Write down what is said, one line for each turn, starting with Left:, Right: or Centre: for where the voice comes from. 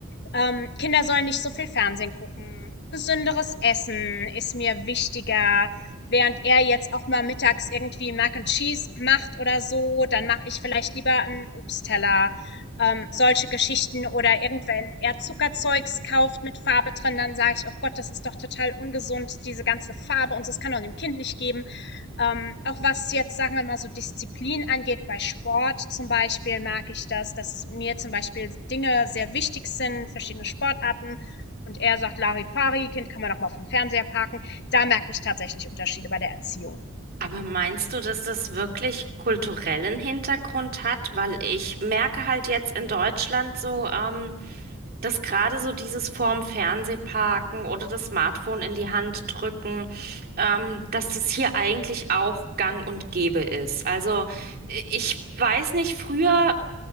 Left: ähm, Kinder sollen nicht so viel Fernsehen gucken. Gesünderes Essen ist mir wichtiger. Während er jetzt auch mal mittags irgendwie Mac and Cheese macht oder so, dann mache ich vielleicht lieber einen Obstteller. Ähm, solche Geschichten oder irgendwann er Zuckerzeugs kauft mit Farbe drin, dann sage ich, oh Gott, das ist doch total ungesund, diese ganze Farbe und so, das kann doch dem Kind nicht geben. Ähm, auch was jetzt, sagen wir mal, so Disziplin angeht, bei Sport zum Beispiel merke ich das, dass mir zum Beispiel Dinge sehr wichtig sind, verschiedene Sportarten. Und er sagt, Larifari, Kind kann man doch mal vom Fernseher parken. Da merke ich tatsächlich Unterschiede bei der Erziehung.
Right: Aber meinst du, dass das wirklich kulturellen Hintergrund hat? Weil ich merke halt jetzt in Deutschland so, ähm, dass gerade so dieses vorm Fernseh parken oder das Smartphone in die Hand drücken, ähm, dass das hier eigentlich auch gang und gäbe ist. Also äh, ich weiß nicht, früher